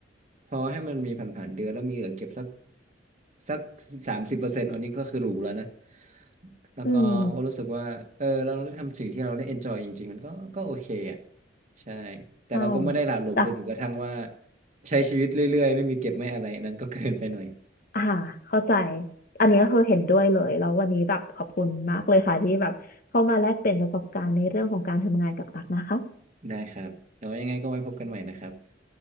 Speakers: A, on the right; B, on the left.
A: พอให้มันมีผ่านๆเดือนแล้วมีเหลือเก็บสักสักสามสิบเปอร์เซ็นต์อันนี้ก็คือหรูแล้วนะแล้วก็ก็รู้สึกว่าเออเราได้ทำสิ่งที่เราได้เอนจอยจริงๆมันก็ก็โอเคอ่ะ
B: อืม
A: ใช่แต่เราก็ไม่ได้หละหลวมจนถึงกระทั่งว่า
B: ใช่แต่
A: ใช้ชีวิตเรื่อยๆไม่มีเก็บไม่อะไรอันนั้นก็เกินไปหน่อย
B: อ่าเข้าใจอันนี้ก็คือเห็นด้วยเลยแล้ววันนี้แบบขอบคุณมากเลยค่ะที่แบบเข้ามาแลกเปลี่ยนประสบการณ์ในเรื่องของการทำงานกับตักนะคะ
A: ได้ครับแล้วยังไงก็ไว้พบกันใหม่นะครับ